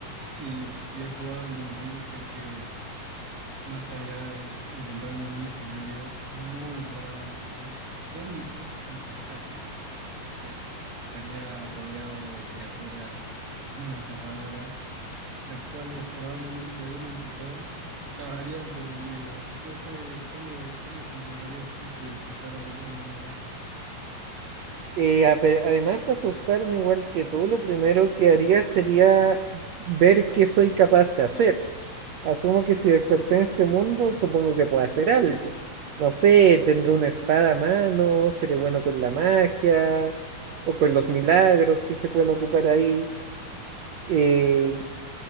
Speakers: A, on the right; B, on the right.
A: si ya he jugado Elden Ring, sé que más allá de encontrarme en un escenario muy probablemente bonito de paisaje, eh, estaría rodeado de criaturas muy aterradoras, las cuales probablemente de un empujón acabarían con mi vida. No sé cómo, cómo te encontrarías tú si despertaras de esa manera.
B: Eh, ape- además de asustarme igual que tú, lo primero que haría sería ver qué soy capaz de hacer. Asumo que si desperté en este mundo, supongo que puedo hacer algo. No sé, tendré una espada a mano, seré bueno con la magia o con los milagros que se pueden ocupar ahí. eh,